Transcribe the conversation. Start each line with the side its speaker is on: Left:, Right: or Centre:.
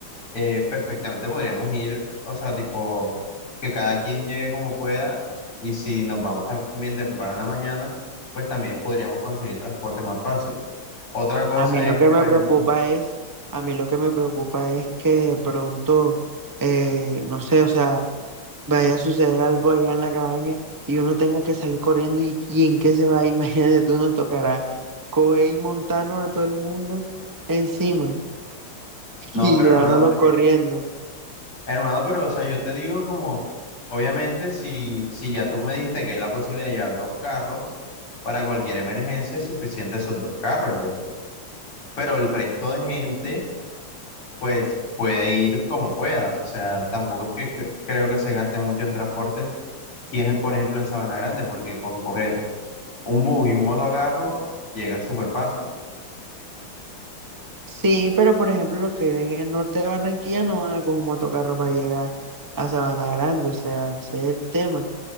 Left: eh, perfectamente podríamos ir, o sea, tipo, que cada quien llegue como pueda y si nos vamos también temprano en la mañana, pues también podríamos conseguir transporte más fácil. Otra cosa
Right: A mí lo
Left: es
Right: que
Left: que, por
Right: me
Left: ejemplo,
Right: preocupa es, a mí lo que me preocupa es que de pronto, eh, no sé, o sea, vaya a suceder algo allá en la cabaña y uno tenga que salir corriendo y, y en qué se va, a ir <laughs> imagínate, tú nos tocará coger y montarnos a todo el mundo encima <laughs>
Left: no,
Right: y
Left: pero
Right: llevárnoslo
Left: hermano, porque,
Right: corriendo.
Left: hermano, pero, o sea, yo te digo como, obviamente, si, si ya tú me dijiste que hay la posibilidad de llevar dos carros, para cualquier emergencia es suficiente esos dos carros ya. Pero el resto de gente pues puede ir como pueda. O sea, tampoco es que cre- creo que se gaste mucho en transporte si es, en, por ejemplo, en Sabana Grande, porque con coger un bus y un motocarro llega súper fácil.
Right: Sí, pero por ejemplo los que viven en el norte de Barranquilla no van a coger un motocarro para llegar a Sabana Grande, o sea, ese es el tema,